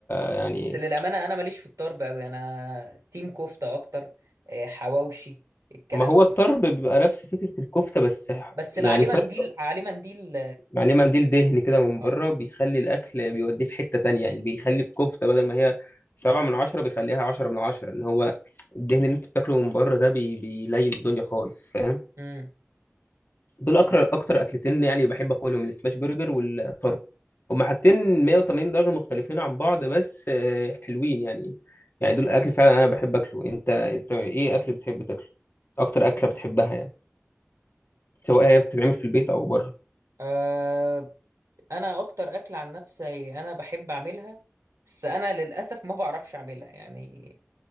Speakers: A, on the left; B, on the right.
A: يعني
B: بس للامانه انا ماليش في الطرب قوي انا تيم كفته اكتر آه، حواوشي الكلام
A: ما هو الطرب
B: ده.
A: بيبقى نفس فكرة الكفتة بس ح-
B: بس
A: يعني
B: عليه
A: فرق
B: منديل عليه منديل
A: عليه منديل دهن كده من
B: اه
A: بره بيخلي الأكل بيوديه في حتة تانية يعني بيخلي الكفتة بدل ما هي سبعة من عشرة بيخليها عشرة من عشرة اللي هو الدهن اللي انت بتاكله من بره ده بي... بيليل الدنيا خالص فاهم
B: امم
A: دول أكتر أكتر أكلتين يعني بحب أكلهم السماش برجر والطرب هما حاجتين 180 درجة مختلفين عن بعض بس آه، حلوين يعني يعني دول الأكل فعلا أنا بحب أكله أنت أنت إيه أكل بتحب تاكله؟ أكتر أكلة بتحبها يعني سواء هي بتتعمل في البيت أو بره
B: آه انا اكتر اكل عن نفسي انا بحب اعملها بس انا للاسف ما بعرفش اعملها يعني